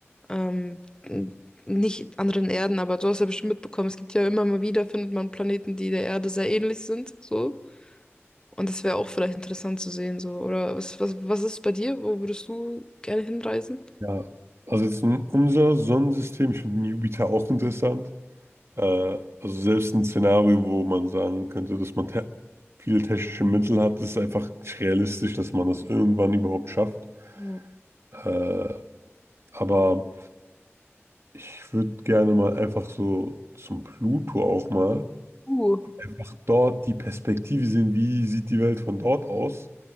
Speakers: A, on the left; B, on the right.
A: ähm, n- nicht anderen Erden, aber du hast ja bestimmt mitbekommen, es gibt ja immer mal wieder, findet man Planeten, die der Erde sehr ähnlich sind, so. Und das wäre auch vielleicht interessant zu sehen, so. Oder was, was, was ist bei dir? Wo würdest du gerne hinreisen?
B: Ja, also jetzt in unser Sonnensystem, ich finde Jupiter auch interessant. Äh, also selbst ein Szenario, wo man sagen könnte, dass man te viele technische Mittel hat, ist einfach nicht realistisch, dass man das irgendwann überhaupt schafft.
A: Ja.
B: Äh, Aber ich würde gerne mal einfach so zum Pluto auch mal
A: Uh,
B: einfach dort die Perspektive sehen, wie sieht die Welt von dort aus